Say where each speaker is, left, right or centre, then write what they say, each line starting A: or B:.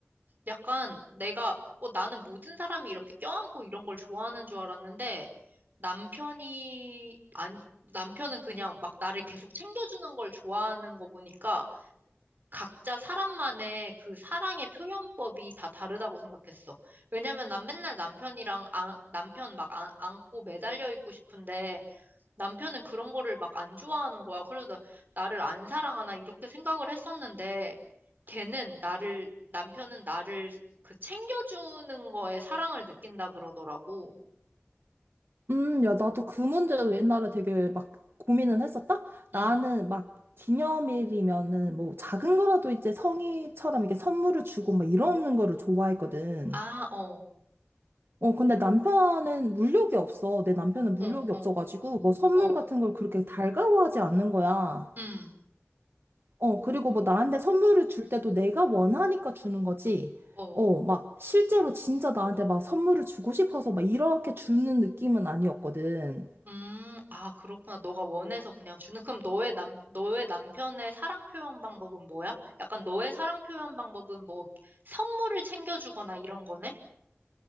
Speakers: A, on the right; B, on the right.
A: 약간 내가, 어, 나는 모든 사람이 이렇게 껴안고 이런 걸 좋아하는 줄 알았는데 남편이, 아니, 남편은 그냥 막 나를 계속 챙겨주는 걸 좋아하는 거 보니까 각자 사람만의 그 사랑의 표현법이 다 다르다고 생각했어. 왜냐면 난 맨날 남편이랑 안- 남편 막 안, 안고 매달려 있고 싶은데 남편은 그런 거를 막 안 좋아하는 거야. 그래서 나, 나를 안 사랑하나 이렇게 생각을 했었는데 걔는 나를 남편은 나를 그 챙겨주는 거에 사랑을 느낀다 그러더라고.
B: 음, 야, 나도 그 문제로 옛날에 되게 막 고민을 했었다?
A: 응.
B: 나는 막 기념일이면은 뭐 작은 거라도 이제 성의처럼 이렇게 선물을 주고 막 이러는 거를 좋아했거든.
A: 아, 어,
B: 어, 근데 남편은 물욕이 없어. 내 남편은 물욕이
A: 어,
B: 없어가지고
A: 어,
B: 뭐 선물
A: 어,
B: 같은 걸 그렇게 달가워하지 않는 거야.
A: 음,
B: 어,
A: 음.
B: 그리고 뭐 나한테 선물을 줄 때도 내가 원하니까 주는 거지.
A: 어.
B: 어, 막 실제로 진짜 나한테 막 선물을 주고 싶어서 막 이렇게 주는 느낌은 아니었거든.
A: 음, 아, 그렇구나. 너가 원해서 그냥 주는. 그럼 너의 남, 너의 남편의 사랑 표현 방법은 뭐야? 약간 너의 사랑 표현 방법은 뭐 선물을 챙겨주거나 이런 거네?